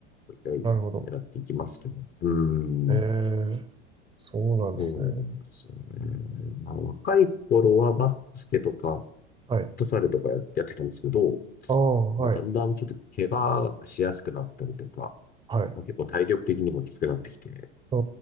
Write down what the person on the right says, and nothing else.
なるほど。
えー、そうなんですね。
はい。
ああ、はい、
はい。
ああ、